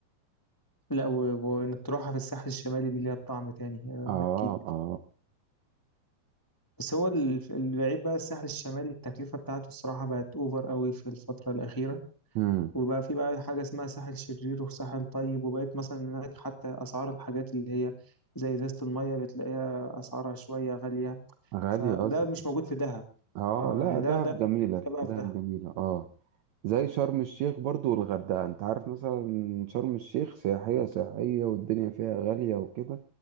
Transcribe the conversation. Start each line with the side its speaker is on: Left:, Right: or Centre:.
Left: لا و- وانك تروحها في الساحل الشمالي دي ليها طعم تاني آه،
Right: اه
Left: اكيد
Right: اه
Left: بس هو ال- البعيد بقى الساحل الشمالي التكلفة بتاعته الصراحة بقت اوفر قوي في الفترة الأخيرة
Right: امم
Left: وبقى في بقى حاجة اسمها ساحل شرير وساحل طيب وبقيت مثلا هناك حتى أسعار الحاجات اللي هي زي إزازة المية بتلاقيها أسعارها شوية غالية
Right: غالية
Left: فده
Right: قصدي
Left: مش موجود في دهب
Right: اه
Left: اه
Right: لا
Left: يعني
Right: دهب
Left: ده ده
Right: جميلة
Left: لسه بقى
Right: دهب
Left: في دهب
Right: جميلة اه زي شرم الشيخ برضو والغردقة انت عارف مثلا شرم الشيخ سياحية سياحية والدنيا فيها غالية وكده